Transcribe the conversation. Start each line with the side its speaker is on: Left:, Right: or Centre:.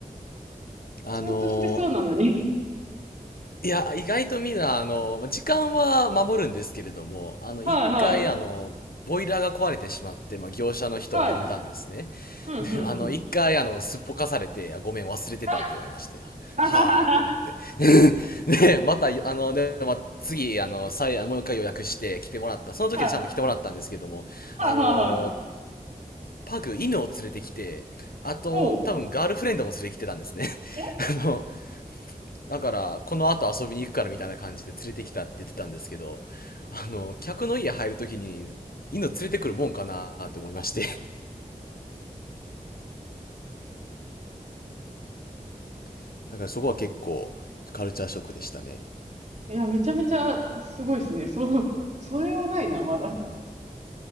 Left: あの、
Right: ちゃんとしてそうなのに。
Left: いや、意外とみんな、あの、時間は守るんですけれども、あの、
Right: はいはい。
Left: 一回、あの、ボイラーが壊れてしまって、まあ、業者の人を呼んだんですね。
Right: はい。うんうんうん。
Left: で、あの、一回、あの、すっぽかされて、あごめん、忘れてたって言われまして、
Right: はははは
Left: はあと思って。<laughs> で、また、あの、で、まあ、次、あの、再、もう一回予約して来てもらった。その時はちゃんと来てもらったんですけども、
Right: はい。はいはいはい。
Left: あの、パグ、犬を連れてきて、あと、
Right: おう。
Left: 多分ガールフレンドも連れてきてたんですね。
Right: え
Left: <laughs> あの、だから、この後遊びに行くからみたいな感じで連れてきたって言ってたんですけど、あの、客の家入るときに、犬連れてくるもんかなーって思いまして。<laughs> だからそこは結構、カルチャーショックでしたね。
Right: いや、めちゃめちゃすごいですね。そう、それはないな、まだ。